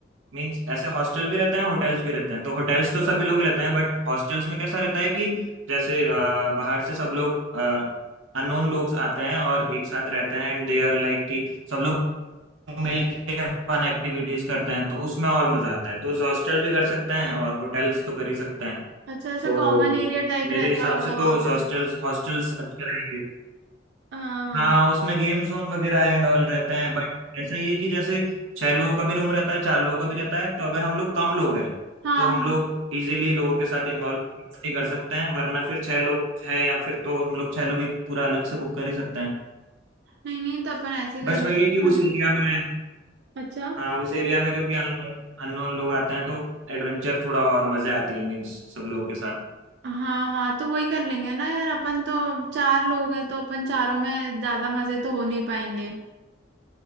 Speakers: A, on the right; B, on the right.
A: मीन्स ऐसे हॉस्टल भी रहते हैं होटल्स भी रहते हैं तो होटल्स तो सभी लोग लेते हैं बट हॉस्टल्स में कैसा रहता है कि जैसे अ, बाहर से सब लोग अननोन लोग आते हैं और एक साथ रहते हैं एंड दे आर लाइक कि सब लोग मिलके फन एक्टिविटीज करते हैं तो उसमें और मजा आता है तो हॉस्टल भी कर सकते हैं और होटल्स तो कर ही सकते हैं
B: अच्छा ऐसा
A: तो
B: कॉमन एरिया टाइप
A: मेरे
B: रहता
A: हिसाब
B: होगा
A: से
B: वहां
A: तो
B: पे
A: हॉस्टल्स हॉस्टल्स अच्छे रहेंगे
B: हाँ हाँ
A: हाँ उसमें गेम जोन वगैरह एंड ऑल रहते हैं बट ऐसा ही है कि जैसे छह लोगों का भी रूम रहता है चार लोगों का भी रहता है तो अगर हम लोग कम लोग हैं
B: हाँ
A: तो हम
B: हाँ
A: लोग इजीली लोगों के साथ इन्वॉल्व मस्ती कर सकते हैं वरना फिर छह लोग है या फिर तो हम लोग छह लोग ही पूरा अलग से बुक कर ही सकते हैं
B: नहीं नहीं तो अपन ऐसे ही
A: बस
B: कर लेंगे
A: वही है कि
B: हाँ
A: उस एरिया में
B: अच्छा
A: हाँ उस एरिया में क्योंकि अननोन अननोन लोग आते हैं तो एडवेंचर थोड़ा और मजे आती है मीन्स सब लोगों के साथ
B: हाँ हाँ तो वही कर लेंगे ना यार अपन तो चार लोग हैं तो अपन चारों में ज्यादा मजे तो हो नहीं पाएंगे